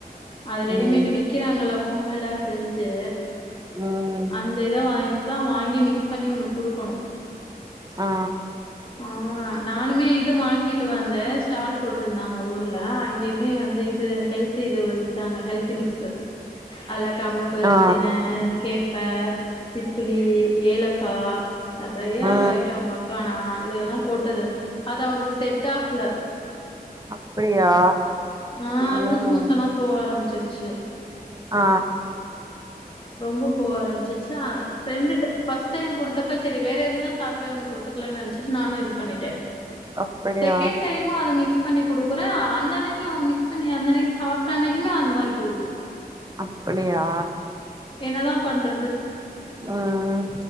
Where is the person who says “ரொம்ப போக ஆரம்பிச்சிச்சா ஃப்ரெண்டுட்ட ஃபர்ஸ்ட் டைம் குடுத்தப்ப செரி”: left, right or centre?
Left